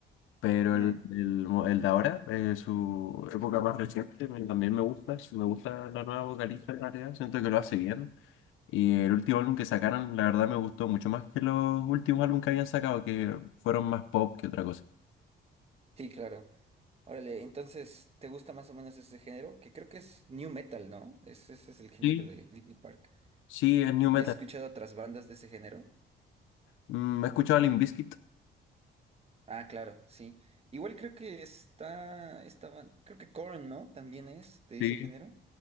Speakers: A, on the left; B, on the right.
A: Pero
B: Ujú.
A: el, el, mo- el de ahora, eh, su época más reciente, me- también me gusta. Me gusta la nueva vocalista en realidad. Siento que lo hace bien. Y el último álbum que sacaron, la verdad me gustó mucho más que los últimos álbumes que habían sacado, que fueron más pop que otra cosa.
B: Sí, claro. Órale, entonces, ¿te gusta más o menos ese género? Que creo que es new metal, ¿no? Es- Ese es el género
A: Sí.
B: de Linkin Park.
A: Sí, es new metal.
B: ¿Y has escuchado otras bandas de ese género?
A: Mm, he escuchado a Limp Bizkit.
B: Ah, claro, sí. Igual creo que está, estaban, creo que Korn, ¿no? También es de
A: Sí.
B: ese género.